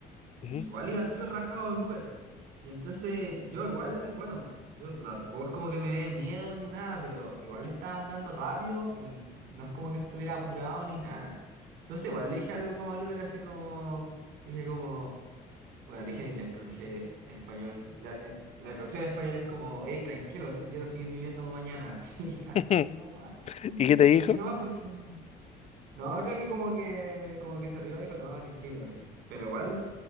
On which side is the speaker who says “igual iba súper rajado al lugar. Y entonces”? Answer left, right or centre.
Right